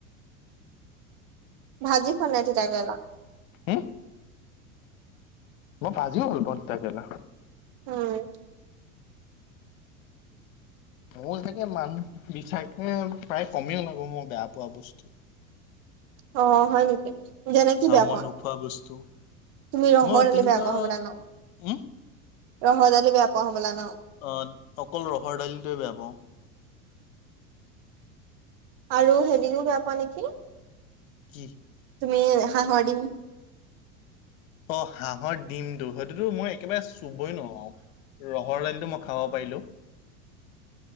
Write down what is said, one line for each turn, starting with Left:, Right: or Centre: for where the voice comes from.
Right: ভাজি খোৱা খোৱা তিতা কেৰেলা।
Left: উম, মই ভাজিও ভাল পাও তেতা কেৰেলা।
Right: উম,
Left: মই চাগে মানুহ বিচাৰে প্ৰায় কমে ওলাব মই বেয়া পোৱা বস্তু।
Right: অ, হয় নেকি? যেনে কি
Left: আৰু
Right: বেয়া
Left: মই
Right: পোৱা?
Left: নোখোৱা বস্তু
Right: তুমি ৰহৰ
Left: মই
Right: দালি
Left: তেনেকুৱা
Right: বেয়া পোৱা হবলা ন?
Left: উম
Right: ৰহৰ দালি বেয়া পোৱা হবলা ন?
Left: অ, অকল ৰহৰ দালিটোয়ে বেয়া পাওঁ।
Right: আৰু হেৰিও বেয়া পোৱা নেকি?
Left: কি?
Right: তুমি হাহৰ ডিম।
Left: অ, হাঁহৰ ডিমতো সেইটোতো মই একেবাৰে চুবই নোৱাৰো আৰু। ৰহৰ দাইলটো মই খাব পাৰিলোঁ।